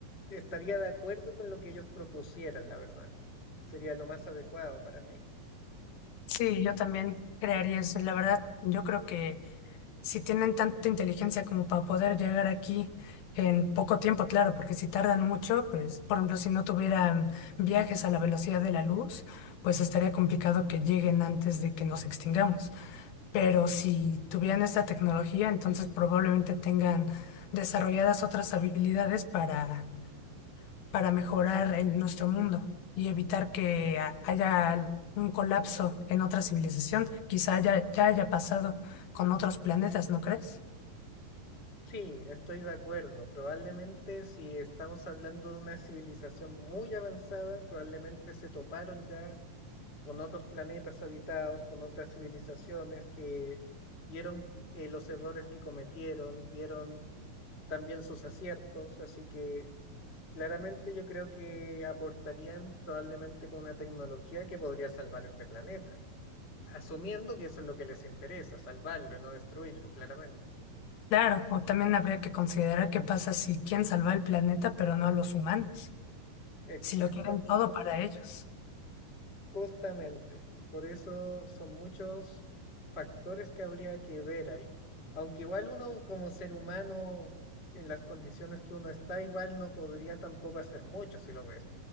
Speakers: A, on the left (about 25°); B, on the left (about 90°).
A: estaría de acuerdo con lo que ellos propusieran, la verdad. Sería lo más adecuado para mí.
B: sí, yo también crearía eso. La verdad, yo creo que si tienen tanta inteligencia como para poder llegar aquí en poco tiempo, claro, porque si tardan mucho, pues, por ejemplo, si no tuvieran viajes a la velocidad de la luz, pues estaría complicado que lleguen antes de que nos extingamos. Pero si tuvieran esta tecnología, entonces probablemente tengan desarrolladas otras habilidades para, para mejorar en nuestro mundo y evitar que a- haya un colapso en otra civilización. Quizá ya, ya haya pasado con otros planetas, ¿no crees?
A: Sí, estoy de acuerdo. Probablemente si estamos hablando de una civilización muy avanzada, probablemente se toparon ya con otros planetas habitados, con otras civilizaciones que vieron eh, los errores que cometieron, vieron también sus aciertos, así que claramente yo creo que aportarían probablemente con una tecnología que podría salvar este planeta, asumiendo que eso es lo que les interesa, salvarlo y no destruirlo, claramente.
B: Claro, o también habría que considerar qué pasa si quieren salvar el planeta, pero no a los humanos,
A: Exacto,
B: si lo quieren todo para ellos.
A: justamente. Por eso son muchos factores que habría que ver ahí. Aunque igual uno como ser humano, en las condiciones que uno está, igual no podría tampoco hacer mucho si lo ves.